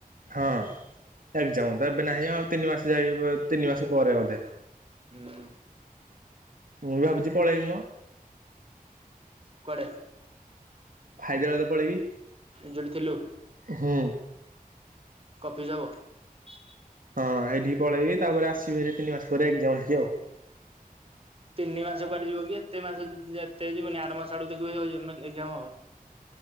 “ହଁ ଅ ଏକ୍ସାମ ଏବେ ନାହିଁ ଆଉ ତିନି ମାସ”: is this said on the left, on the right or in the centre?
Right